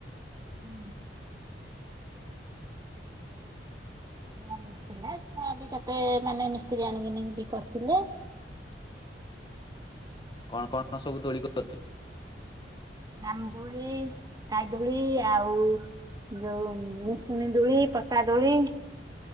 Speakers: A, on the right; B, on the left.
A: ହୁଁ। ନମି ଆସିଥିଲେ ଯାହା ବି କେତେ ମାନେ ମିସ୍ତ୍ରୀ ଆଣିକି ବି କରିଥିଲେ।
B: କଣ କଣ ସବୁ ଦୋଳି କରିଥି
A: ରାମ୍ ଦୋଳି, ଖାଇଦୋଳି ଆଉ ଯୋଉ ମିଶୁଣୀ ଦୋଳି, ପଟା ଦୋଳି।